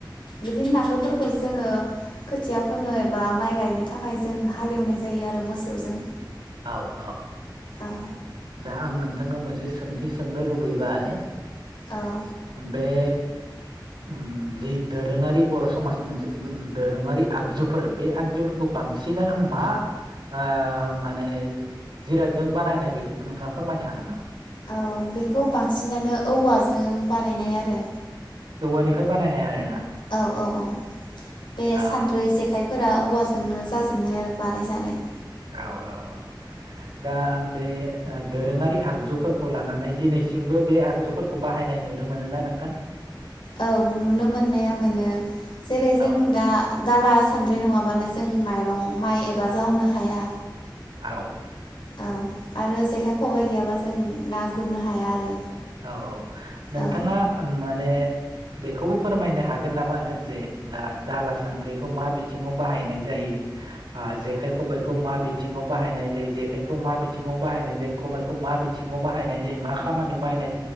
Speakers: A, on the left; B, on the right.
A: बिदिनो नांगोलफोरखौ जोङो खोथिया फोनो बा माइ गायनो थाखाय जों हालेवनाय जायो आरो मोस सौजों
B: औ औ
A: औ
B: दा आं नोंथांनाव मोनसे सोंथि सोंनो लुबैबाय।
A: औ
B: बे बे उम जि दोरोङारि बर' समाजनि मोनसे दोरोङारि आगजुफोर बे आगजुफोरखौ बांसिनानो मा ओ माने जिरादजों बानायनाय बेखौ नोंथाङा फोरमायनो हागोन नामा
A: औ बेखौ बांसिनानो औवाजों बानायनाय आरो
B: औवानिफ्राय बानायनाय आरो ना।
A: औ औ औ बे
B: औ
A: सानद्रै जेखाइ फोर औवाजोंनो जाजोबनाय आरो बानाय जानाय।
B: औ औ औ दा बे ओ दोरोङारि आगजुफोरखौ लानानै दिनैसिमबो बे आगजुफोरखौ बाहायनाय नुनो मोनोना नोंथां
A: औ नुनो मोननाया मोनो जेरै जों
B: औ
A: दा दाला सान्द्रि नङाबानो जों माइरं माइ एबा जावनो हाया
B: औ
A: औ आरो जेखाइ खबाइ गैयाबा जों ना गुरनो हाया आरो
B: औ औ नोंथाङा
A: औ
B: माने बेखौबो फोरमायनो हागोन नामा जे दा दाला सान्द्रिखौ मा बिथिङाव बाहायनाय जायो ओ जेखाय खबाइखौ मा बिथिङाव बाहायनाय जायो जेखायखौ मा बिथिङाव बाहायनाय जायो खबाइखौ मा बिथिङाव बाहायनाय जायो मा खामानियाव बाहायनाय जायो।